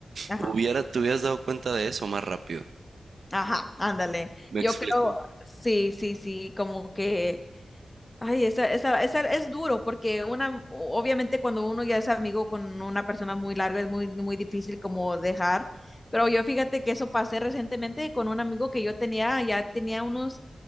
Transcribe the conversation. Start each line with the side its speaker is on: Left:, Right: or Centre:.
Left: Ajá,
Right: hubiera, te hubieras dado cuenta de eso más rápido.
Left: ajá, ándale.
Right: ¿Me
Left: Yo
Right: explico?
Left: creo, sí, sí, sí, como que Ay, esa, esa, esa es duro porque una, o- obviamente cuando uno ya es amigo con una persona muy larga es muy, muy difícil como dejar, pero yo fíjate que eso pasé recientemente con un amigo que yo tenía, ya tenía unos